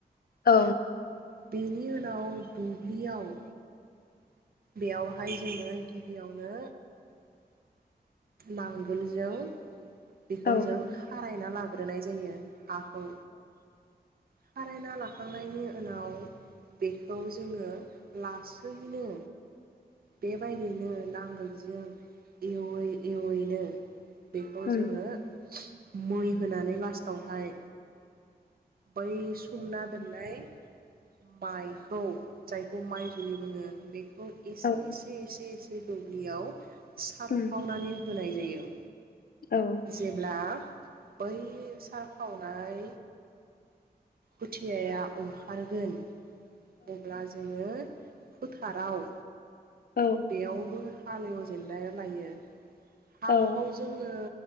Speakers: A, on the left (about 60°); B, on the right (about 60°).
A: औ
B: बेनि उनाव दुब्लियाव बेयावहाय जोङो गिबियावनो। नांगोलजों बेखौ
A: औ
B: जों रायना लाग्रोनाय जायो हाखौ खारायना लाखांनायनि उनाव बेखौ जोङो लासैनो बेबायदिनो नांगोलजों एवै एवैनो बेखौ
A: उम
B: जोङो। मै होनानै लास्टावहाय बै समना दोननाय माइखौ जायखौ माइ जुलि बुङो बेखौ ए एसे
A: औ
B: एसेसे बे दुब्लियाव सारफावनानै
A: उम
B: होनाय जायो।
A: औ औ
B: जेब्ला बै सारखावनाय खुथियाया अंखारगोन अब्ला जोङो फोथाराव
A: औ
B: बेयावबो हालेवजेनलाय लायो हालोखौ
A: औ
B: जोङो